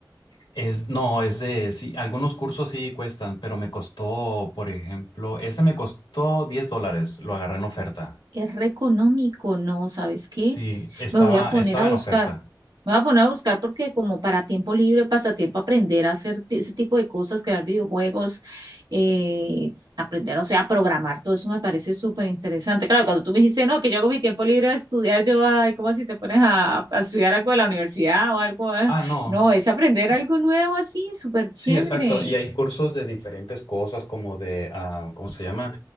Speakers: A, on the left; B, on the right.
A: Es, no, es de, sí, algunos cursos sí cuestan, pero me costó, por ejemplo, este me costó 10 dólares, lo agarré en oferta.
B: Es re económico, ¿no? ¿Sabes qué?
A: Sí, estaba,
B: Me voy a poner
A: estaba
B: a buscar.
A: en oferta.
B: Voy a poner a buscar porque como para tiempo libre, pasatiempo, aprender a hacer ti- ese tipo de cosas, crear videojuegos, eh, aprender, o sea, a programar, todo eso me parece súper interesante. Claro, cuando tú me dijiste, no, que yo hago mi tiempo libre a estudiar, yo, ay, ¿cómo si te pones a, a estudiar algo de la universidad o algo? eh?
A: Ah, no.
B: No, es aprender
A: no,
B: algo nuevo así, súper chévere.
A: Sí, exacto. Y hay cursos de diferentes cosas, como de, ah, ¿cómo se llama?